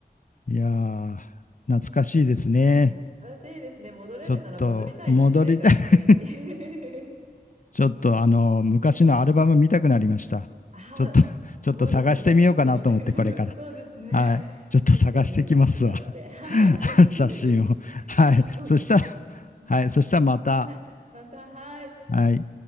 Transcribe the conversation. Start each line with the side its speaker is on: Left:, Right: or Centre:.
Left: いやー、懐かしいですね。
Right: 懐かしいですね。戻れるなら戻りたいですね、
Left: ちょっと戻りたい。
Right: 学生に。
Left: <laughs>
Right: <laughs>
Left: ちょっとあの、昔のアルバム見たくなりました。
Right: あ、
Left: ちょっと、<laughs> ちょっと探してみようかなと思って、
Right: そうですね。私もちょっと見たくなります。
Left: これから。
Right: そうですね。
Left: はい。ちょっと探してきますわ。
Right: ちょっと思い出に浸って。はい、
Left: <laughs>
Right: ぜひ。
Left: 写真を。
Right: <laughs>
Left: はい。
Right: そうですね。
Left: そしたら、はい。そしたらまた、
Right: まあはい。また、はい。
Left: はい。